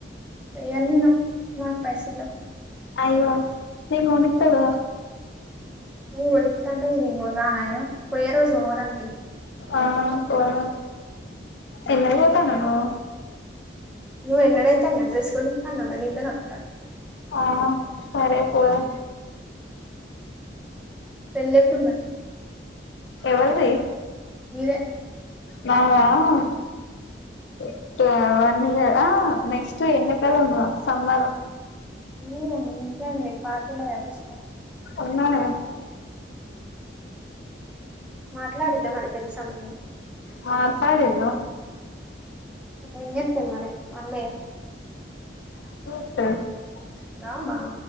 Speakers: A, in the centre; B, on the left (about 70°).
A: చేయను నేను ఇగ పైసల లేవు
B: అయ్యో నేను కొనిత్తగా
A: నువ్వు కొనిత్తంటే <unintelligible> పోయే రోజు పోదాం తీ
B: ఆ పోదం <unintelligible> పొతాన్నవు నువ్వు
A: నువు ఎన్నడైతే అన్న డ్రెస్ కొనిత్త అన్నవు గా నీతో నే వత్త
B: ఆ సరే పోదం
A: పెళ్లి ఎప్పుడు మరి
B: ఎవలిది
A: నీదే
B: నాదా వన్ ఇయర్ ఆ నెక్స్ట్ ఎండాకాలంలో గా సమ్మర్
A: హు ఉంటే ఉన్ని పాటలు రాపిస్త
B: ఉన్నాయ
A: మాట్లాడిల్లా మరి పెళ్లి సంగతి
B: మాట్లాడిండు
A: ఎం చేత్తన్నాడు మరి మా అన్నయ్య
B: <unintelligible>
A: అవునా